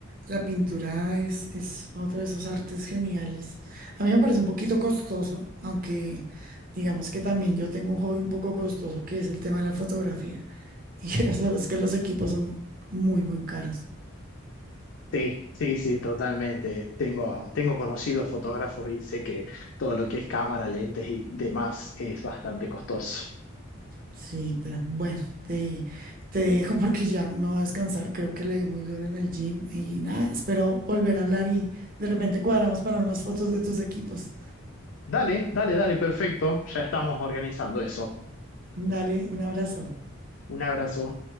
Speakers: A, on the right; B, on the left.
A: la pintura es, es otro de esos artes geniales. A mí me parece un poquito costoso, aunque digamos que también yo tengo un hobby un poco costoso, que es el tema de la fotografía. <laughs> Y que, o que los equipos son muy, muy caros.
B: Sí, sí, sí, totalmente. Tengo, tengo conocidos fotógrafos y sé que todo lo que es cámara, lentes y demás es bastante costoso.
A: Sí, pero bueno, te, te dejo porque ya me voy a descansar. Creo que le di muy duro en el gym y nada, espero volver a hablar y de repente cuadramos para unas fotos de tus equipos.
B: Dale, dale, dale, perfecto. Ya estamos organizando eso.
A: Dale, un abrazo.
B: Un abrazo.